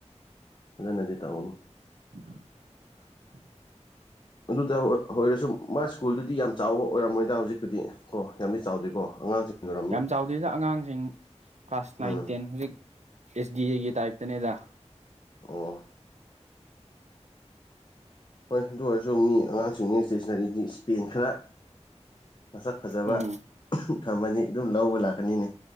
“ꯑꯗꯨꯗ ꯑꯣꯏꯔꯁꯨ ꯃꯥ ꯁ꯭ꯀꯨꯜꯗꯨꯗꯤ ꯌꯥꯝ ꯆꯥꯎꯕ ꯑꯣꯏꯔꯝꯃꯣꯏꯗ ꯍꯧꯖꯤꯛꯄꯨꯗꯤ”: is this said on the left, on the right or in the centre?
Left